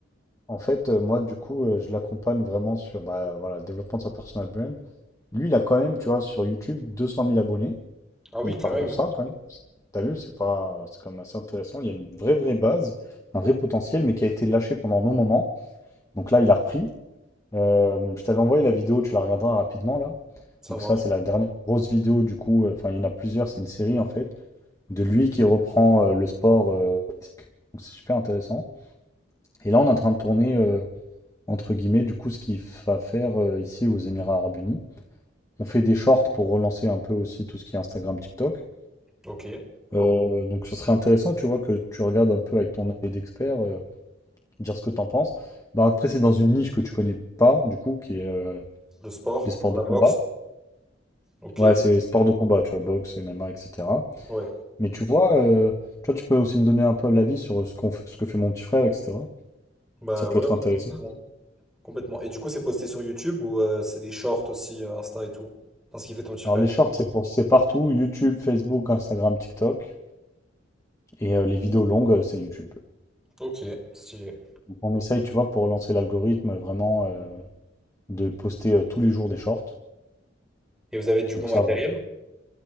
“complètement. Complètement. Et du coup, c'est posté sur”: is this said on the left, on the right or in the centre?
Centre